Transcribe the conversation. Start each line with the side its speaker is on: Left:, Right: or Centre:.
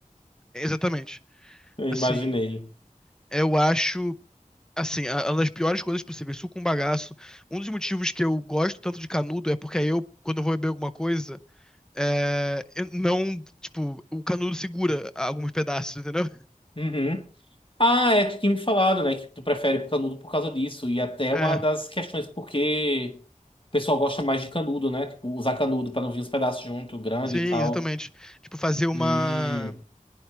Centre: Exatamente.
Left: Eu
Centre: Assim,
Left: imaginei.
Centre: eu acho, assim, a- uma das piores coisas possíveis, suco com bagaço. Um dos motivos que eu gosto tanto de canudo é porque aí eu, quando eu vou beber alguma coisa, é, eu não, tipo, o canudo segura alguns pedaços, entendeu?
Left: Uhum. Ah, é, tu tinha me falado, né? Que tu prefere canudo por causa disso. E até é
Centre: É.
Left: uma das questões porque o pessoal gosta mais de canudo, né? Tipo, usar canudo pra não vir os pedaços junto, grande
Centre: Sim,
Left: e tal.
Centre: exatamente. Tipo, fazer uma,
Left: Hum.